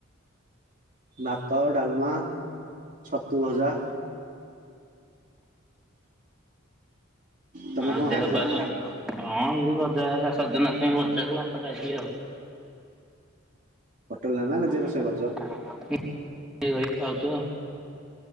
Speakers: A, on the right (about 40°); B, in the centre.
A: ଭାତ ଡାଲମା ଛତୁ ଭଜା। ତମେ
B: ଆଉ
A: କଣ
B: ଦେହ
A: ଖାଇଥିଲ
B: ପା
A: ଆଉ?
B: ହଁ ଏମିତି ବଜା ସଜନା ଛୁଇ ବଜାକୁ ଭାତ ଖାଇଥିଲି ଆଉ।
A: ପୋଟଲା ନା। ନିଜେ
B: <unintelligible>
A: ରୋଷେଇ କରୁଛ?
B: ଖାଉଛ।